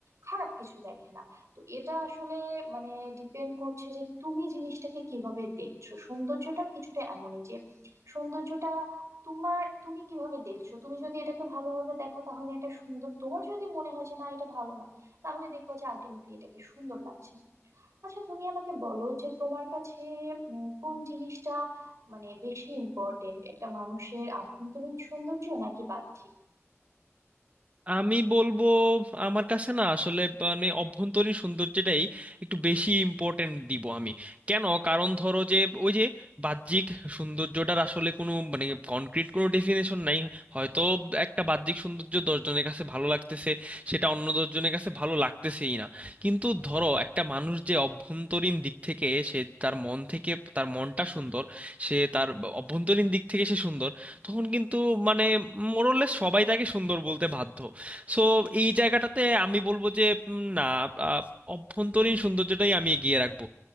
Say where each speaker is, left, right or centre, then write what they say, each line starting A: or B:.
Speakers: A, on the right; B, on the right.
A: খারাপ কিছু দেখে না তো এটা আসলে মানে ডিপেন্ড করছে যে তুমি জিনিসটাকে কিভাবে দেখছো সৌন্দর্যটা কিছুটা এমনই যে সৌন্দর্যটা তোমার তুমি কিভাবে দেখছো তুমি যদি এটাকে ভালোভাবে দেখো তাহলে এটা সুন্দর তোমার যদি মনে হয় যে না এটা ভালো না তাহলে দেখবা যে আলটিমেটলি এটাকে সুন্দর লাগছে না আচ্ছা তুমি আমাকে বলো যে তোমার কাছে উম, কোন জিনিসটা মানে বেশি ইম্পর্টেন্ট একটা মানুষের আভ্যন্তরীণ সৌন্দর্য নাকি বাহ্যিক
B: আমি বলবো আমার কাছে না আসলে মানে অভ্যন্তরীণ সৌন্দর্যটাই একটু বেশি ইম্পর্টেন্ট দিব আমি কেন কারণ ধরো যে ওই যে বাহ্যিক সৌন্দর্যটার আসলে কোনো মানে কনক্রিট কোনো ডেফিনেশন নাই হয়তো একটা বাহ্যিক সৌন্দর্য দশজনের কাছে ভালো লাগতেছে সেটা অন্য দশজনের কাছে ভালো লাগতেছেই না কিন্তু ধরো একটা মানুষ যে অভ্যন্তরীণ দিক থেকে সে তার মন থেকে তার মনটা সুন্দর সে তার অভ্যন্তরীণ দিক থেকে সে সুন্দর তখন কিন্তু মানে মোরলেস সবাই তাকে সুন্দর বলতে বাধ্য সো এই জায়গাটাতে আমি বলবো যে উম, না আহ, অভ্যন্তরীণ সৌন্দর্যটাই আমি এগিয়ে রাখবো